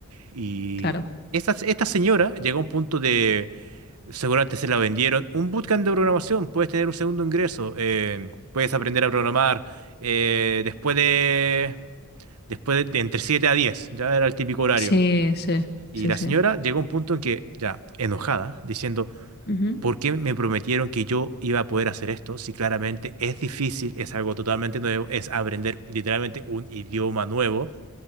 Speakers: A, on the right; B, on the left.
A: Y
B: claro.
A: esta, esta señora llegó a un punto de Seguramente se la vendieron. Un bootcamp de programación, puedes tener un segundo ingreso, eh, puedes aprender a programar eh, después de, después de, de entre 7 a 10, ya era el típico horario.
B: Sí, sí,
A: Y
B: sí,
A: la
B: sí.
A: señora llegó a un punto en que, ya enojada, diciendo,
B: Ujú.
A: ¿por qué me prometieron que yo iba a poder hacer esto? Si claramente es difícil, es algo totalmente nuevo, es aprender literalmente un idioma nuevo